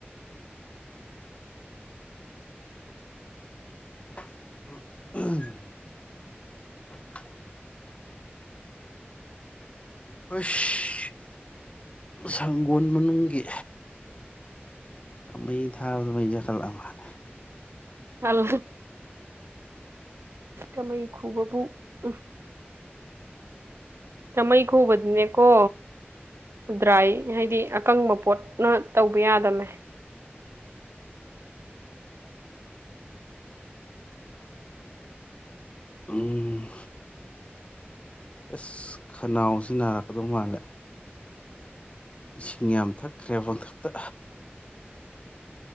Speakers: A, on the left; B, on the right.
A: ꯎ ꯐꯁ ꯁꯪꯒꯣꯜ ꯃꯅꯨꯡꯒꯤ ꯀꯃ ꯊꯥ ꯑꯣꯗ ꯃ ꯖꯀꯂꯃꯥꯟ
B: ꯍꯂꯣ ꯀꯃꯩ ꯈꯨꯕꯕꯨ ꯑ ꯀꯃꯩ ꯈꯨꯕꯗꯨꯅꯦꯀꯣ ꯗ꯭ꯔꯥꯏ ꯍꯥꯏꯗꯤ ꯑꯀꯪꯕ ꯄꯣꯠꯅ ꯇꯧꯕ ꯌꯥꯗꯃꯦ
A: ꯎꯝ ꯑꯁ ꯈꯅꯥꯎꯁꯤ ꯅꯥꯔꯛꯀꯗꯧ ꯃꯥꯜꯂꯦ ꯏꯁꯤꯡ ꯌꯥꯝ ꯊꯛꯈ꯭ꯔꯦ ꯃꯪꯊꯛꯇ